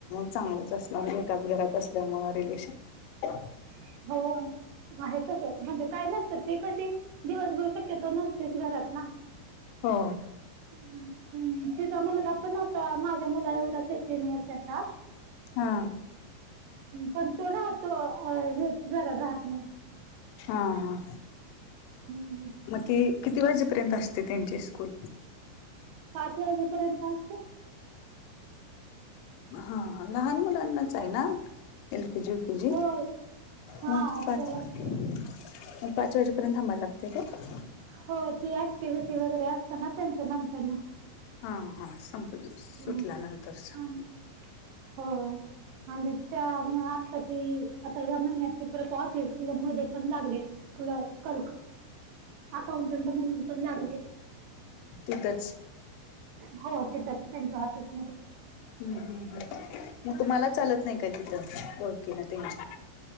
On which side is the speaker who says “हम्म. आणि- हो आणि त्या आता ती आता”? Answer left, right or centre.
Right